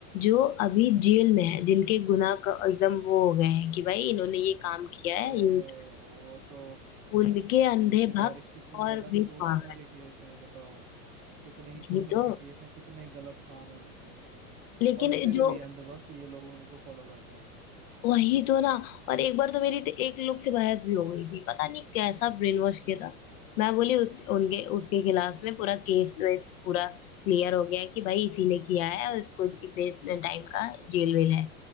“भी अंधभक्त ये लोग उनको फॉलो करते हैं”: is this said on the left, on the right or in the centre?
Right